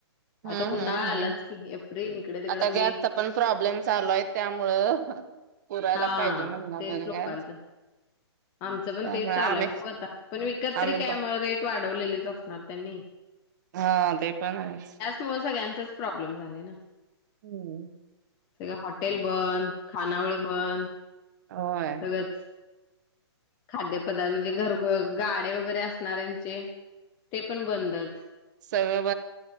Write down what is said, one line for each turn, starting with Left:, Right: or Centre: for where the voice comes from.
Right: हम्म
Left: आता उन्हाळा
Right: हम्म हम्म
Left: आलाच की एप्रिल इकडं तिकडं
Right: आता
Left: मे
Right: गॅसचा पण प्रॉब्लेम चालोय त्यामुळं पुरायला
Left: हा
Right: पाहिजे महिनाभर
Left: तेच लोकांचं
Right: गॅस
Left: आमचं पण
Right: त्यामुळे
Left: तेच चालूय
Right: आम्ही
Left: बघू आता पण विकत तरी
Right: आम्ही
Left: काय
Right: पण
Left: मग रेट वाढवलेलेच असणार त्यांनी.
Right: हा ते पण आहेच.
Left: म सगळ्यांचाच प्रॉब्लेम झालाय ना.
Right: हम्म
Left: सगळं हॉटेल बंद खानावळी बंद.
Right: होय
Left: <unintelligible> खाद्य पदार्थ म्हणजे घर गाडे वगैरे असणारऱ्यांचे. ते पण बंदच
Right: सगळं